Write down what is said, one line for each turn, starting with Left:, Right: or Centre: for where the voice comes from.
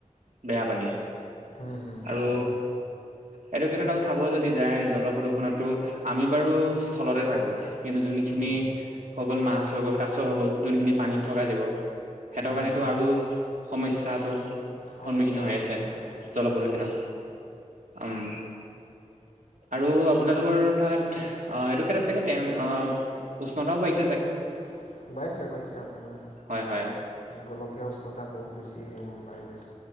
Right: বেয়া পানীয়ে
Left: উম হুম
Right: আৰু
Left: হয় হয়
Right: এইটো ক্ষেত্ৰত আৰু চাব যদি যায় জলপ্ৰদূষণতো আমি বাৰু স্থলতে থাকোঁ, কিন্তু যোনখিনি
Left: উম
Right: হৈ গ'ল মাছ হৈ গ'ল, কাছ হৈ গ'ল যোনখিনি পানীত থকা জীৱ সিহঁতৰ
Left: উম
Right: কাৰণেতো আৰু সমস্যাটো
Left: সমস্যা
Right: সন্মুখীন হৈ আছে
Left: গৈছে
Right: জলপ্ৰদূষণত।
Left: হয় হয়
Right: উম। আৰু আপোনালোকৰ তাত অ এইটো ক্ষেত্ৰত চাগে টেন উষ্ণতাও বাঢ়ি
Left: বাঢ়িছে চাগে। <unintelligible> বাঢ়িছে বাঢ়িছে আপোনাৰ
Right: হয় হয়
Left: গোলকীয়া উষ্ণতা বহুত বেছি‌ বাঢ়ি বাঢ়ি